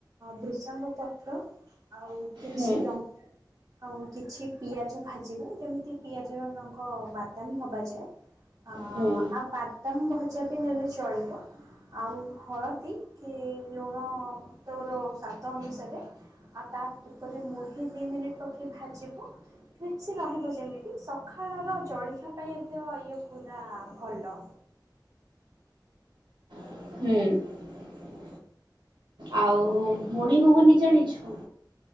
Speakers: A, on the right (about 45°); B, on the right (about 80°).
A: ବୃଷଙ୍ଗ ପତ୍ର ଆଉ କିଛି
B: ହୁଁ
A: ଲଙ୍କା ଆଉ କିଛି ପିଆଜ ଭାଜିବୁ ଯେମିତି ଯୈମିତି ପିଆଜ ରଙ୍ଗ ବାଦାମୀ ହବା ଯାଏ। ଅ
B: ହୁଁ
A: ଆଉ ବାଦାମ ଭଜା ବି ନେଲେ ଚଳିବ। ଆଉ ହଳଦୀ କି ଲୁ ଓ ତୋର ସ୍ୱାଦ ଅନୁସାରେ ଆ ତା ତାପରେ ମୁଢି ଦୁଇ ମିନିଟ୍ ପକେଇ ଭାଜିବ କ୍ରିପ୍ସି ରହିବ ଯେମିତି ସକାଳର ଜ <unintelligible> ପାଇଁ ଏତ ଇଏ ପୁରା ଭଲ।
B: ହୁଁ। ଆଉ ମୁଢ଼ି ଘୁଗୁନି ଜାଣିଛୁ।